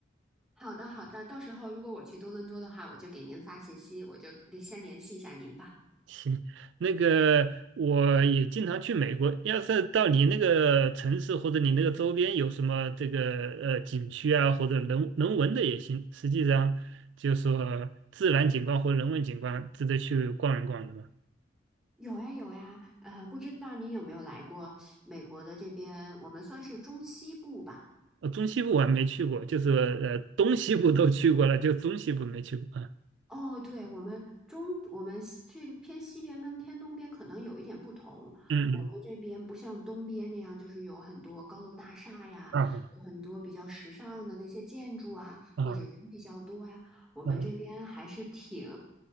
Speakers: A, in the centre; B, on the right (about 70°).
A: 好的，好的，到时候如果我去多伦多的话，我就给您发信息，我就得先联系一下您吧。
B: 行，那个我也经常去美国，要是到你那个城市或者你那个周边有什么这个呃景区啊，或者人人文的也行，实际上就是说自然景观或人文景观值得去逛一逛的嘛。
A: 有呀，有呀，呃，不知道您有没有来过美国的这边，我们算是中西部吧。
B: 呃，中西部我还没去过，就是呃，东西部都去过了，就中西部没去过啊。
A: 哦，对，我们中我们西这个偏西边跟偏东边可能有一点不同。
B: 嗯
A: 我们这边不像东边那样，就是有很多高楼大厦呀，
B: 嗯啊
A: 有很多比较时尚的那些建筑啊，
B: 啊
A: 或者人比较多呀。我们这边还是挺，
B: 啊